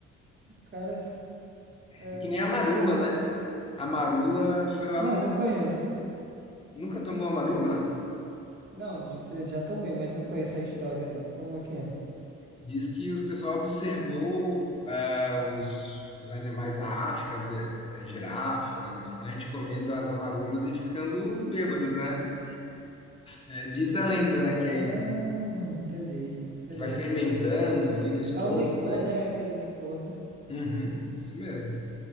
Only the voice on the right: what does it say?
<laughs> Cara, é,
tem
coisas.
Não,
não conheço.
Não, j- já tomei, mas não conheço a história, não. Como é que é?
Ah,
entendi, entendi.
É um licor, né? Aquele licor, né?